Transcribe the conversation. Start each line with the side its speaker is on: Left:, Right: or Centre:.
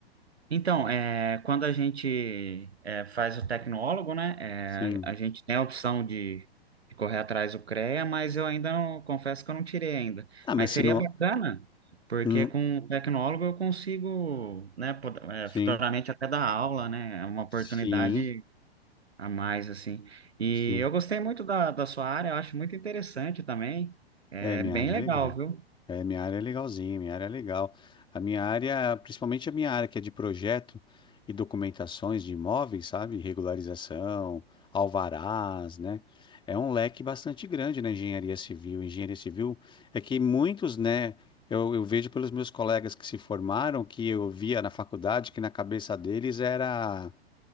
Right: então, é, quando a gente é, faz o tecnólogo, né?
Left: Sim.
Right: é, a gente tem a opção de, de correr atrás do CREA, mas eu ainda não, confesso que eu não tirei ainda.
Left: Ah, mas
Right: Mas
Left: se
Right: seria
Left: não.
Right: bacana, porque
Left: hum,
Right: com o tecnólogo eu consigo, né, pod- é,
Left: sim,
Right: futuramente até dar aula, né? É uma oportunidade
Left: sim,
Right: a mais, assim. E
Left: sim.
Right: eu gostei muito da, da sua área, eu acho muito interessante também. É
Left: É, minha
Right: bem
Left: área,
Right: legal,
Left: é legal.
Right: viu?
Left: É, minha área é legalzinha, minha área é legal. A minha área, principalmente a minha área que é de projeto e documentações de imóveis, sabe? Regularização, alvarás, né? É um leque bastante grande na engenharia civil. Engenharia civil é que muitos, né? Eu, eu vejo pelos meus colegas que se formaram, que eu via na faculdade, que na cabeça deles era,